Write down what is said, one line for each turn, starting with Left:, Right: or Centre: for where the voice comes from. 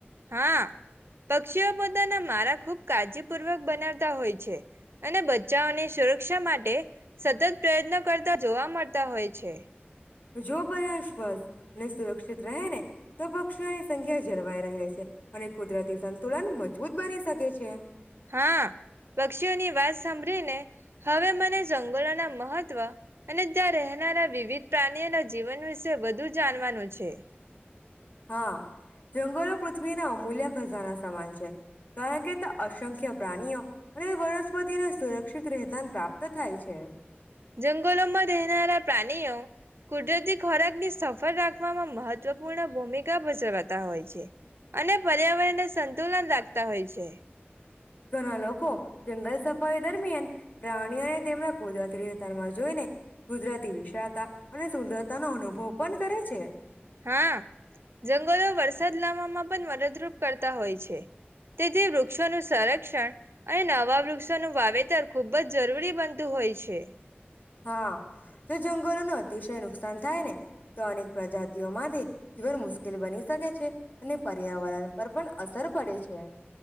Right: હા પક્ષીઓ પોતાના મારા ખુબ કાળજીપૂર્વક બનાવતા હોય છે. અને બચ્ચાઓને સુરક્ષ શે માટે સતત પ્રયત્ન કરતા જોવા મળતા હોય છે.
Left: જો પરસ ફસ ને સુરક્ષિત રહે ને તો પક્ષીઓની સંખ્યા જરવાય તેહ રહશે. અને કુદરતી સંતુલન મજબૂત બની શકે છે.
Right: હા, પક્ષીઓની વાત સાંભળી ને હવે મને જંગલોના મહત્વ અને ત્યાં રહેનારા વિવિધ પ્રાણીઓના જીવન વિશે વધુ જાણવાનું છે.
Left: હા, જંગલો પૃથ્વી નો અમૂલ્ય ખજાના સામાન છે. કારણ કે તા અસંખ્ય પ્રાણીઓ અને વનસ્પતિને સુરક્ષિત રહેતા પ્રાપ્ત તો થાય છે.
Right: જંગલોમાં રહેનારા પ્રાણીઓ કુદરતી ખોરાકને સફળ રાખવામાં મહત્વપૂર્ણ ભૂમિકા ભજવાતા હોય છે. અને પર્યાવરણને સંતુલન રાખતા હોય છે.
Left: ઘણા લોકો જંગલ સફારી દરમિયાન પ્રાણીઓને તેમના ગોદા ત્રી તારમાં જોઈ ને ગુજરાતી વિશાળતા અને સુંદરતા નો અનુ ભોપન કરે છે.
Right: હા જંગલો વરસાદ લાવવામાં પણ મદદરૂપ કરતા હોય છે. તે જે વૃક્ષોનું સંરક્ષણ અને નવા વૃક્ષોનું વાવેતર ખુબ જ જરૂરી બનતું હોય છે.
Left: હા. તો જંગલોનો ત અતિશય નુકસાન થાય ને! તો અનેક પ્રજાતિઓ માતે, જીવન મુસ્કેલ બની સકે છે અને પર્યાવરણ પર પણ અસર પડે છે.